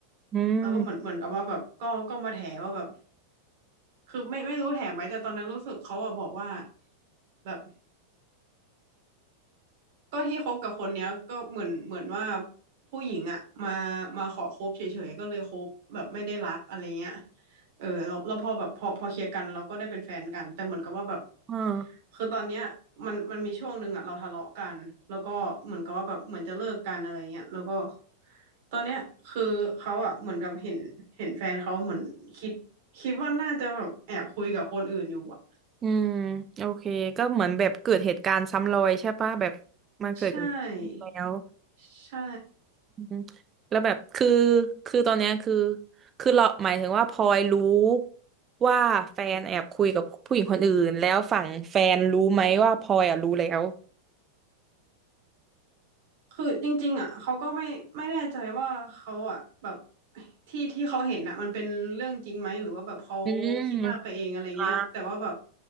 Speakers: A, on the right; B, on the right.
A: อืม
B: แล้วก็เหมือนเหมือนกับว่าแบบก็ก็มาแถว่าแบบ คือไม่ไม่รู้แถมไหมแต่ตอนนั้นรู้สึกเขาอะบอกว่าแบบก็ที่คบกับคนเนี้ยก็เหมือนเหมือนว่าผู้หญิงอะมามาขอคบเฉยๆก็เลยคบแบบไม่ได้รักอะไรเงี้ยเออเราเราพอแบบพอพอเคลียร์กันเราก็ได้เป็นแฟนกันแต่เหมือนกับว่าแบบ
A: อ่า
B: คือตอนเนี้ยมันมันมีช่วงหนึ่งอะเราทะเลาะกันแล้วก็เหมือนกับว่าแบบเหมือนจะเลิกกันอะไรเงี้ยแล้วก็ตอนเนี้ยคือเขาอะเหมือนกับเห็นเห็นแฟนเขาเหมือนคิดคิดว่าน่าจะแบบแอบคุยกับคนอื่นอยู่อะ
A: อืมโอเคก็เหมือนแบบเกิดเหตุการณ์ซ้ำรอยใช่ปะแบบมันเกิดกับ
B: ใช่
A: แล้ว
B: ใช่
A: อืมแล้วแบบคือคือตอนเนี้ยคือคือเราหมายถึงว่าพลอยรู้ว่าแฟนแอบคุยกับผู้หญิงคนอื่นแล้วฝั่งแฟนรู้ไหมว่าพลอยอ่ะรู้แล้ว
B: คือจริงๆอ่ะเขาก็ไม่ไม่แน่ใจว่าเขาอ่ะแบบที่ที่เขาเห็นอ่ะมันเป็นเรื่องจริงไหมหรือว่าแบบเขา
A: อืม
B: คิดมากไปเองอะไรเงี้ยแต่ว่าแบบ
A: อ่า